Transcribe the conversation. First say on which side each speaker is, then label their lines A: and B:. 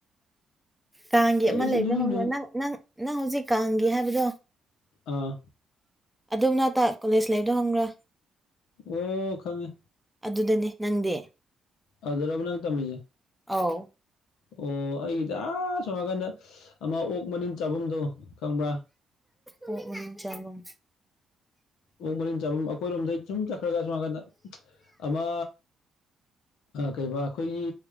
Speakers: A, in the centre; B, on the left.
A: ꯀꯥꯡꯒꯤ
B: ꯑꯩꯁ
A: ꯑꯃ ꯂꯩꯕꯗꯣ
B: ꯑꯗꯨꯗꯤ
A: ꯍꯪꯕ
B: ꯅꯣꯡ
A: ꯅꯪ ꯅꯪ ꯅꯪ ꯍꯧꯖꯤꯛ ꯀꯥꯡꯒꯤ ꯍꯥꯏꯕꯗꯣ
B: ꯑꯥ
A: ꯑꯗꯨ ꯃꯅꯛꯇ ꯀꯣꯂꯦꯖ ꯂꯩꯕꯗꯣ ꯍꯪꯕ꯭ꯔꯥ
B: ꯑꯣ ꯈꯪꯉꯦ
A: ꯑꯗꯨꯗꯅꯦ ꯅꯪꯗꯤ
B: ꯑꯗꯨꯖ ꯔꯔꯕ ꯅꯪ ꯇꯝꯃꯤ
A: ꯑꯥꯎ
B: ꯑꯣ ꯑꯩꯒꯤꯗꯤ ꯑꯁꯣꯝ ꯅꯥꯀꯟꯗ ꯑꯃ ꯑꯣꯛ ꯃꯅꯤꯟ ꯆꯥꯐꯝꯗꯣ ꯈꯪꯕ꯭ꯔꯥ
A: ꯑꯣ ꯎꯝ ꯆꯕꯝ
B: ꯑꯣ ꯃꯔꯤꯟ ꯆꯥꯐꯝ ꯑꯩꯈꯣꯏꯔꯣꯝꯗꯒꯤꯩ ꯁꯨꯝ ꯆꯠꯈ꯭ꯔꯒ ꯁꯨꯃꯀꯗ ꯑꯃ ꯀꯩꯕꯥ ꯑꯩꯈꯣꯏꯒꯤ